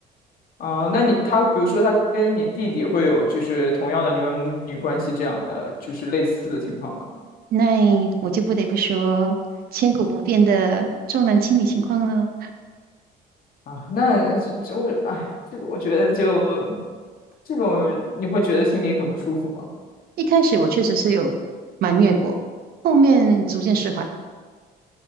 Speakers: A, on the left (about 60°); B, on the right (about 60°).
A: 啊、那你他比如说他跟你弟弟会有就是同样的你们母女关系这样的就是类似的情况吗？
B: 那我就不得不说千古不变的重男轻女情况了。
A: 啊，那呃这这我哎，这个我觉得就这种你会觉得心里很不舒服吗？
B: 一开始我确实是有埋怨过，后面逐渐释怀。